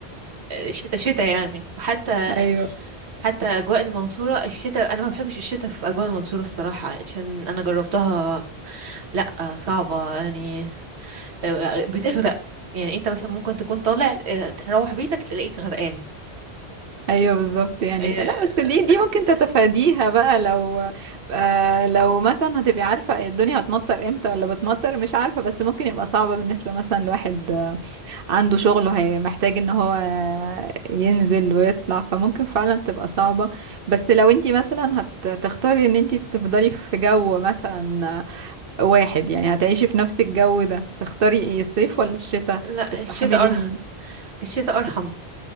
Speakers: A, on the right; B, on the right.
A: شتا شتا يعني وحتى
B: ايوه
A: حتى أجواء المنصورة الشتاء أنا ما بحبش الشتاء في أجواء المنصورة الصراحة عشان أنا جربتها لأ صعبة يعني آه، بتغرق يعني أنت مثلا ممكن تكون طالع آه، تروح بيتك تلاقيك غرقان
B: ايوه بالظبط يعني
A: <laughs>
B: لا بس دي دي ممكن تتفاديها بقى لو آه لو مثلا هتبقي عارفه الدنيا هتمطر امتى ولا بتمطر مش عارفه بس ممكن يبقى صعبه بالنسبه مثلا لواحد آه، عنده شغل وهي محتاج ان هو آه، ينزل ويطلع فممكن فعلا تبقى صعبه بس لو انتي مثلا هتختاري ان انتي تفضلي في جو مثلا آه، واحد يعني هتعيشي في نفس الجو ده تختاري ايه الصيف ولا الشتاء
A: لا
B: تستحملي
A: الشتاء أرحم
B: مين
A: الشتاء أرحم